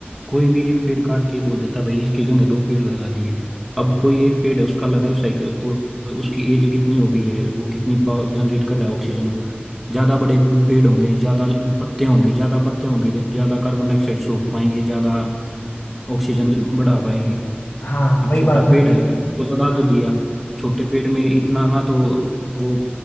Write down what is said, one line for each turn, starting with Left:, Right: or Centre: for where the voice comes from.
Centre: कोई भी एक पेड़ काट के बोल देता भाई इसकी जगह दो पेड़ लगा दिए अब कोई एक पेड़ है उसका लाइफ साइकिल को उसकी एज कितनी हो गई है वो कितनी पावर जनरेट कर रहा है ऑक्सीजन को ज़्यादा बड़े पेड़ होंगे ज़्यादा पत्ते होंगे ज़्यादा पत्ते होंगे तो ज़्यादा कार्बन डाइऑक्साइड सोख पाएंगे ज़्यादा ऑक्सीजन बढ़ा पाएंगे
Left: हाँ वही
Centre: अब छोटा
Left: बात है
Centre: पेड़
Left: ना
Centre: है उसको लगा
Left: हाँ
Centre: तो दिया छोटे पेड़ में इतना ना तो वो